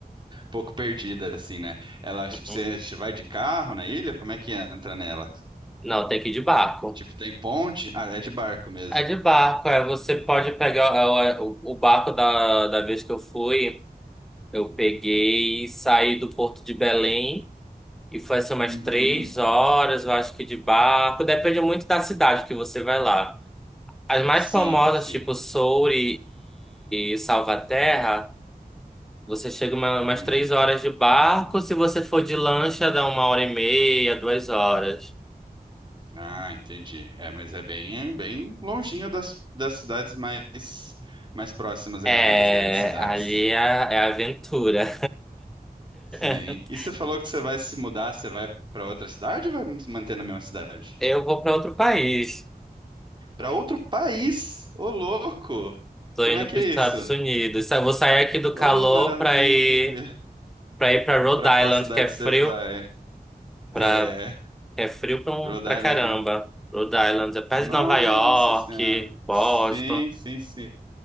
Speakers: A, on the right (about 30°); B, in the centre.
A: pouco perdida, assim, né? Ela, você
B: Uhum.
A: vai de carro na ilha? Como é que entra nela?
B: Não, tem que ir de barco.
A: Tipo, tem ponte? Ah, é de barco mesmo.
B: É de barco, é, você pode pegar é, o, é, o barco da, da vez que eu fui, eu peguei e saí do Porto de Belém e foi assim umas
A: Uhum,
B: três horas, eu acho que de barco. Depende muito da cidade que você vai lá. As mais
A: sim,
B: famosas,
A: sim.
B: tipo Soure e Salvaterra, Você chega uma- umas
A: Uhum.
B: três horas de barco, se você for de lancha, dá uma hora e meia, duas horas.
A: Ah, entendi. É, mas é bem, é bem longinho das, das cidades mais, mais próximas ali,
B: É,
A: né? Das grandes cidades.
B: ali é, é aventura.
A: Sim.
B: <laughs>
A: E você falou que você vai se mudar, você vai para outra cidade ou vai se manter na mesma cidade?
B: Eu vou para outro país.
A: Para outro país? Ô, louco!
B: Tô
A: Como
B: indo
A: é que
B: para
A: é
B: os Estados
A: isso?
B: Unidos. Sa- Vou sair aqui do
A: Ô,
B: calor
A: maravilha!
B: para ir para ir para Rhode
A: Pra
B: Island,
A: qual cidade
B: que é frio,
A: você vai?
B: para
A: É,
B: é frio para um,
A: Rhode
B: para
A: Island.
B: caramba. Rhode Island é perto
A: Nossa
B: de Nova York,
A: Senhora.
B: Boston.
A: Sim, sim, sim.